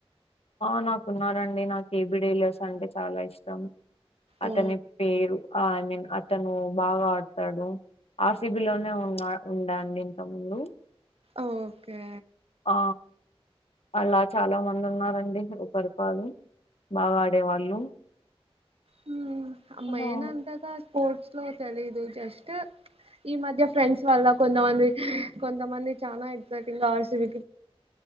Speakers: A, on the left; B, on the right.
A: ఆ నాకున్నారండి నాకు ఏబి డీలర్స్ అంటే చాలా ఇష్టం. అతని
B: ఓ
A: పేరు ఆ ఐ మీన్ అతను బాగా ఆడతాడు. ఆర్ సి బి లోనే ఉన్నా ఉండేండి ఇంత ముందు
B: ఓకే
A: ఆ అలా చాలా మంది ఉన్నారన్ దేహి ఉ పరిపాల్ బాగా ఆడేవాళ్ళు
B: హ్మ్ ఆమేన్
A: అలా
B: అంతగా స్పోర్ట్స్ తెలిదు జస్ట్ ఈ మధ్య ఫ్రెండ్స్ వల్ల కొంతమంది కొంతమంది చాలా exciting R C B